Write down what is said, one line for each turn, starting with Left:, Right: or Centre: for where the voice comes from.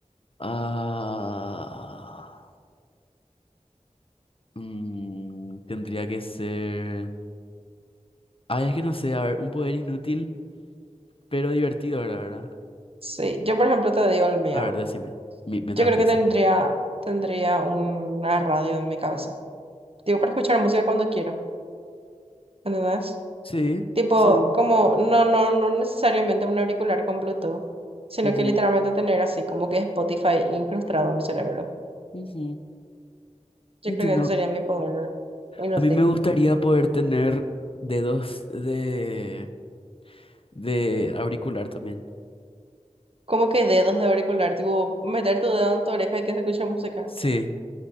Left: Ah. Mm, tendría que ser. Ah, es que no sé, a ver, un poder inútil, pero divertido, la verdad.
Right: Sí, yo por ejemplo te digo el mío.
Left: A ver, decime, mi- mientras
Right: Yo creo
Left: pienso.
Right: que tendría, tendría una radio en mi cabeza. Digo, para escuchar música cuando quiero, ¿entendés?
Left: Sí,
Right: Tipo,
Left: sí.
Right: como, no, no, no necesariamente un auricular con Bluetooth, sino
Left: ujú,
Right: que literalmente tener así, como que Spotify incrustado en mi cerebro.
Left: ujú,
Right: Yo
Left: Entiendo.
Right: creo que ese sería mi poder inútil.
Left: A mí me gustaría poder tener dedos de, de auricular también.
Right: ¿Cómo que dedos de auricular? Tipo, meter tu dedo en tu oreja y que se escuche música.
Left: Sí,